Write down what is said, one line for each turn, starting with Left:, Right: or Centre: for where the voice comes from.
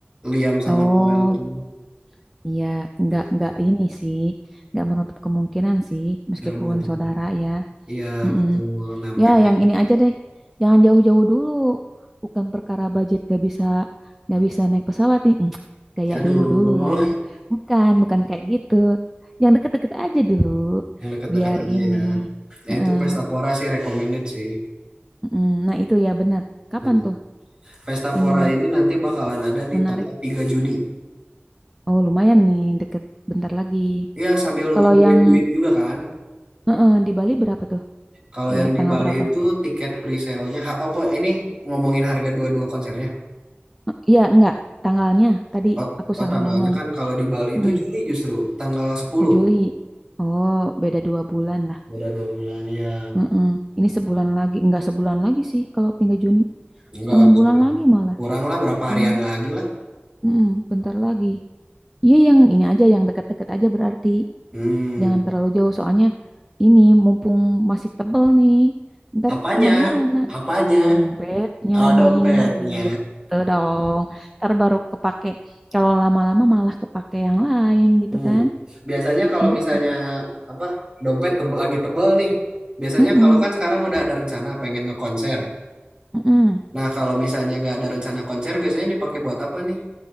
Right: Liam sama
Centre: Oh,
Right: Noel tuh
Centre: iya, nggak
Right: gitu
Centre: nggak ini sih, nggak menutup kemungkinan sih, meskipun
Right: nggak menyatukan
Centre: saudara ya.
Right: iya
Centre: Mm-mm.
Right: betul nah mereka
Centre: Ya, yang
Right: ini
Centre: ini aja deh. Jangan jauh-jauh dulu. Bukan perkara budget gak bisa gak bisa naik pesawat nih. Mm, Gaya
Right: aduh
Centre: dulu dulu lah. Bukan, bukan kayak gitu. Yang deket-deket aja dulu.
Right: Yang dekat-dekat
Centre: Biar
Right: aja
Centre: ini.
Right: ya. Ya
Centre: Heeh,
Right: itu Pesta Pora sih recommended sih.
Centre: mm-mm. Nah, itu ya benar. Kapan
Right: Mm-mm.
Centre: tuh
Right: Pesta
Centre: ininya?
Right: Pora ini nanti bakalan ada di
Centre: Menarik.
Right: tanggal 3 Juni.
Centre: Oh, lumayan nih deket bentar lagi.
Right: Iya sambil
Centre: Kalau
Right: ngumpulin
Centre: yang
Right: duit juga kan.
Centre: heeh, di Bali berapa tuh?
Right: Kalau
Centre: Eh,
Right: yang di
Centre: tanggal
Right: Bali
Centre: berapa?
Right: itu tiket pre-sale-nya, ha- oh po- ini ngomongin harga dua-dua konsernya.
Centre: Eh, Iya, enggak. Tanggalnya tadi
Right: Oh,
Centre: aku
Right: oh,
Centre: salah
Right: tanggalnya
Centre: ngomong.
Right: kan kalau di Bali itu
Centre: Mm.
Right: Juli justru, tanggal sepuluh.
Centre: Oh Juli, oh beda dua bulan lah.
Right: Udah dua bulan ya.
Centre: Mm-mm. Ini sebulan lagi, nggak sebulan lagi sih kalau 3 Juni.
Right: Enggak,
Centre: Setengah
Right: enggak
Centre: bulan
Right: sebulan.
Centre: lagi malah.
Right: Kurang lah berapa
Centre: Belum,
Right: harian lagi lah.
Centre: Mm-mm, bentar lagi. Iya yang ini aja, yang deket-deket aja berarti.
Right: Hmm,
Centre: Jangan terlalu jauh soalnya ini mumpung masih tebel nih. Ntar
Right: apanya?
Centre: kemana-mana.
Right: Apanya?
Centre: Dompetnya
Right: Oh, dompetnya.
Centre: nih, gitu dong. Ntar baru kepake. Kalau lama-lama malah kepake yang lain gitu
Right: Hmm.
Centre: kan.
Right: Biasanya kalau
Centre: Mm-mm.
Right: misalnya apa dompet tebel, lagi tebel nih, biasanya
Centre: Mm-mm.
Right: kalau kan sekarang udah ada rencana pengen ngekonser.
Centre: Mm-mm.
Right: Nah kalau misalnya nggak ada rencana konser, biasanya dipakai buat apa nih?